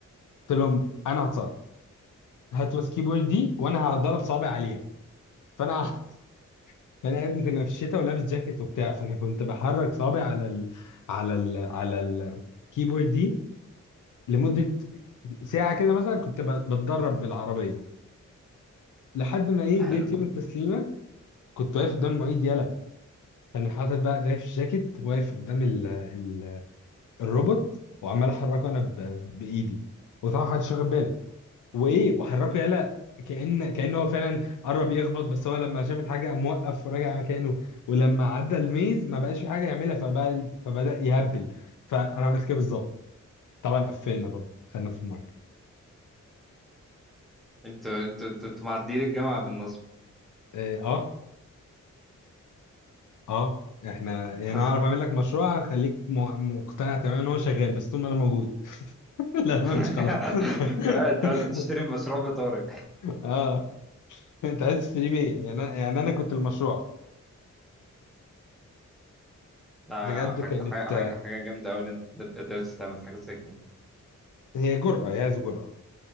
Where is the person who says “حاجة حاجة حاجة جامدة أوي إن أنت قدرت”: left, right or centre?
Centre